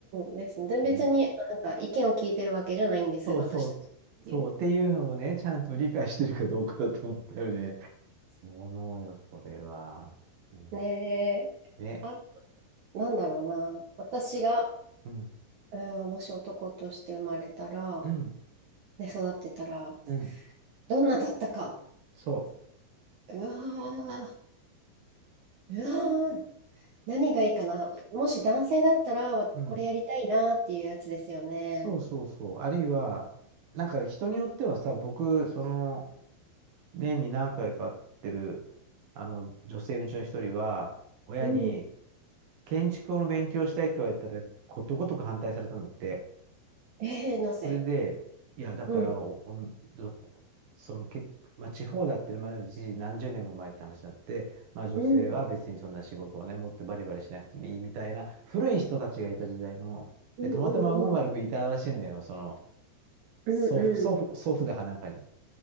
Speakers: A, on the right (about 75°); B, on the right (about 60°).
A: んですね。で別になんか意見を聞いてるわけじゃないんです、
B: ね。そうそう、
A: 私たちっていう。
B: そうっていうのをね、ちゃんと理解してるかどうかだと思ったよね。そう思うよ、それは。うん、
A: ねえ、
B: ね。
A: あ、なんだろうな。私が、
B: うん、
A: うん、もし男として生まれたら、
B: うん、
A: で、育ってたら、
B: うん。
A: どんなだったか。
B: そ
A: うわー、うわー、何がいいかな。もし男性だったら、わこれやりたいなっていうやつですよね。
B: う。うん。そうそうそう。あるいは、なんか人によってはさ、僕、その、年に何回か会ってる、あの、女性のうちの一人は、親に、
A: うん。
B: 建築の勉強したいって言われたら、ことごとく反対されたんだって。
A: えー、なぜ
B: それで、いや、だからお、
A: うん、
B: おんどその、け、まあ、地方だってのもあるし、何十年も前って話になって、まあ、女性は別にそんな仕事をね、
A: うん、うん、
B: 持ってバリバリしなくてもいいみたいな、古い人たちがいた時代の、
A: うん、
B: で、
A: うん、
B: たまたま運悪くいたらしいんだよ、その、
A: うん、
B: 祖父、
A: うん、
B: 祖父、祖父だかなんかに。